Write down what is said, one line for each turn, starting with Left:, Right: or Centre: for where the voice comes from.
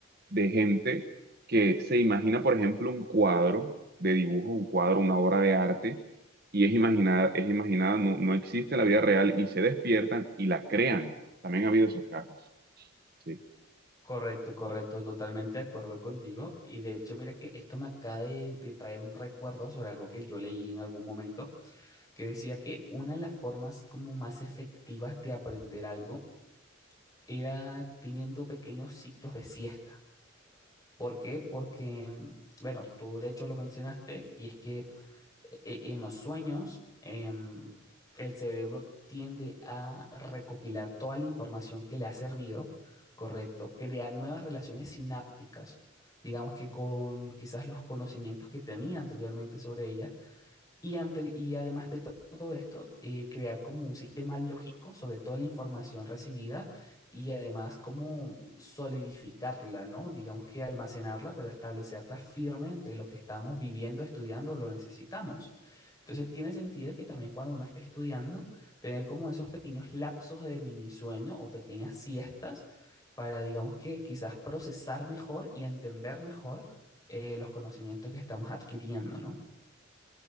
Right: de gente que se imagina, por ejemplo, un cuadro de dibujo, un cuadro, una obra de arte, y es imaginada, es imaginada, no, no existe en la vida real, y se despiertan y la crean. También ha habido esos casos, ¿sí?
Left: Correcto, correcto, totalmente de acuerdo contigo. Y de hecho, mira que esto me acaba de, de traer un recuerdo sobre algo que yo leí en algún momento, que decía que una de las formas como más efectivas de aprender algo era teniendo pequeños ciclos de siesta. ¿Por qué? Porque, mm, bueno, tú de hecho lo mencionaste y es que e- En los sueños, em, el cerebro tiende a recopilar toda la información que le ha servido, correcto, crear nuevas relaciones sinápticas, digamos que con quizás los conocimientos que tenía anteriormente sobre ella, y, ante, y además de to- todo esto, eh, crear como un sistema lógico sobre toda la información recibida y además como solidificarla, ¿no? Digamos que almacenarla, pero establecerla firme ante lo que estamos viviendo, estudiando o lo necesitamos. Entonces tiene sentido que también cuando uno esté estudiando, tener como esos pequeños lapsos de mini sueño o pequeñas siestas para, digamos que quizás procesar mejor y entender mejor eh, los conocimientos que estamos adquiriendo, ¿no?